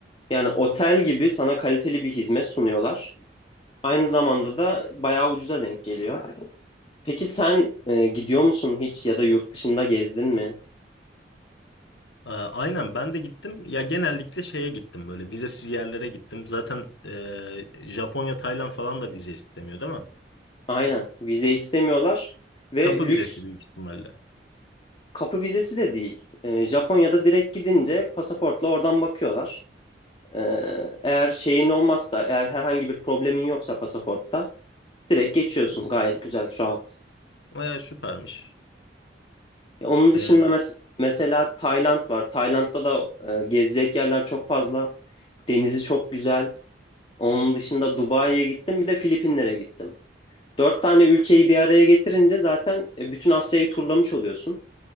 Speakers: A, on the left; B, on the left.
A: Yani otel gibi sana kaliteli bir hizmet sunuyorlar. Aynı zamanda da bayağı ucuza denk geliyor. Peki sen e, gidiyor musun hiç ya da yurt dışında gezdin mi?
B: E, aynen ben de gittim ya genellikle şeye gittim böyle vizesiz yerlere gittim zaten e, Japonya Tayland falan da vize istemiyor değil mi?
A: Aynen. Vize istemiyorlar ve
B: Kapı
A: lüks
B: vizesi büyük ihtimalle.
A: kapı vizesi de değil. E, Japonya'da direkt gidince pasaportla oradan bakıyorlar. E, eğer şeyin olmazsa, eğer herhangi bir problemin yoksa pasaportta direkt geçiyorsun. Gayet güzel, rahat.
B: Ee, süpermiş.
A: E, onun
B: Ee,
A: dışında mes- mesela Tayland var. Tayland'da da e, gezecek yerler çok fazla. Denizi çok güzel. Onun dışında Dubai'ye gittim, bir de Filipinlere gittim. Dört tane ülkeyi bir araya getirince zaten e, bütün Asya'yı turlamış oluyorsun.